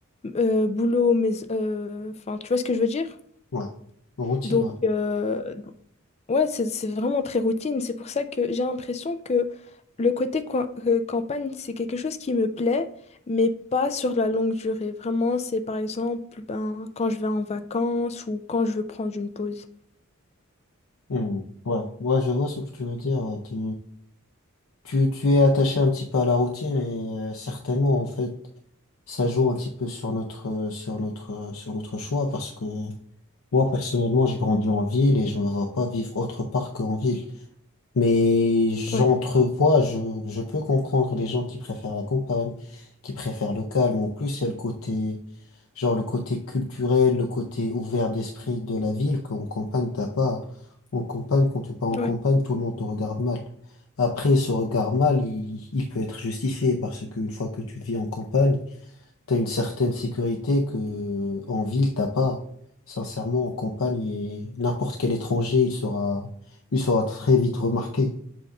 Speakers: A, on the left; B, on the left.
A: euh, boulot, mais... euh, Enfin, tu vois ce que je veux dire?
B: Ouais. Routine,
A: Donc,
B: ouais.
A: euh, ouais, c'est c'est vraiment très routine. C'est pour ça que j'ai l'impression que le côté coin- euh, campagne, c'est quelque chose qui me plaît, mais pas sur la longue durée. Vraiment, c'est par exemple ben, quand je vais en vacances ou quand je veux prendre une pause.
B: Hmm. Ouais, ouais, je vois ce que tu veux dire. ouais. Tu, tu, tu es attaché un petit peu à la routine et euh, certainement, en fait, ça joue un petit peu sur notre, euh, sur notre, euh, sur notre choix parce que moi, personnellement, j'ai grandi en ville et je me vois pas vivre autre part qu'en ville. Mais j'entrevois,
A: Ouais,
B: je, je peux comprendre les gens qui préfèrent la campagne, qui préfèrent le calme. En plus, il y a le côté, genre le côté culturel, le côté ouvert d'esprit de la ville qu'en campagne, t'as pas. En campagne, quand tu pars en
A: ouais.
B: campagne, tout le monde te regarde mal. Après, ce regard mal, il, il peut être justifié parce qu'une fois que tu vis en campagne, T'as une certaine sécurité que en ville t'as pas. Sincèrement, en campagne, et n'importe quel étranger, il sera, il sera très vite remarqué.